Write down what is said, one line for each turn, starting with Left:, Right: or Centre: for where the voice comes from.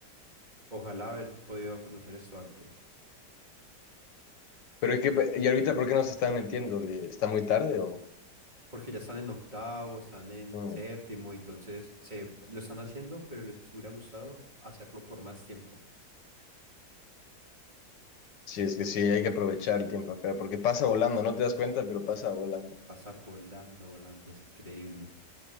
Right: ojalá haber podido conocer esto antes.
Left: Pero hay que, y ahorita, ¿por qué nos están mintiendo? ¿Le- ¿Está muy tarde o
Right: porque ya están en octavo, están en
Left: no?
Right: séptimo, entonces se lo están haciendo, pero les hubiera gustado hacerlo por más tiempo.
Left: Sí, es que sí, hay que aprovechar el tiempo acá, porque pasa volando, no te das cuenta, pero pasa volando.
Right: Pasa volando, volando, es increíble.